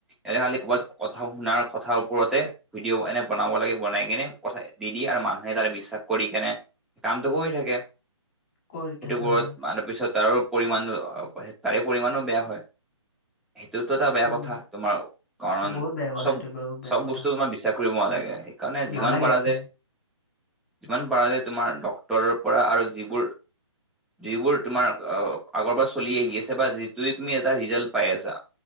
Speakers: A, in the centre; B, on the left.
A: এনে খালি ক'বাত কথা শুনাৰ কথাৰ ওপৰতে ভিডিঅ' এনে বনাব লাগে বনাই কেনে, পঠাই দি দিয়ে আৰু মানুহে তাৰে বিশ্বাস কৰি কেনে কামটো কৰি থাকে।
B: কৰি
A: সেইটোবোৰত
B: থাকে হয়
A: মানু্হ পিছত তাৰো পৰিমণ, তাৰে পৰিমাণো বেয়া হয়। সেইটোতো এটা বেয়া
B: উম
A: কথা তোমাৰ, কাৰণ,
B: বহুত বেয়া কথা
A: চবহচব
B: এইটো বহুত বেয়া কথা
A: বস্তু তোমাৰ বিশ্বাস কৰিব নালাগে সেইকাৰণে যিমান
B: নালাগে
A: পাৰা
B: একদম
A: যায় যিমান পাৰে তোমাৰ ডক্টৰ পৰা আৰু যিবোৰ, যিবোৰ তোমাৰ আগৰবাৰ চলি আহি আছে বা যিটোয়ে তুমি এটা ৰিজাল্ট পাই আছা।